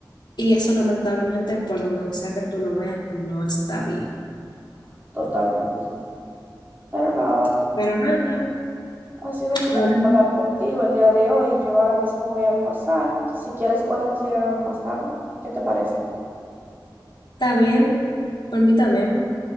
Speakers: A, on the left; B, on the right.
A: Y eso lamentablemente, por donde sea que tú lo veas, no está bien.
B: Totalmente. Pero nada,
A: Pero nada,
B: ha sido un placer
A: ahora
B: hablar contigo el día de hoy. Yo ahora mismo voy a almorzar. Si quieres podemos seguir hablando más tarde. ¿Qué te parece?
A: está bien, por mí está bien.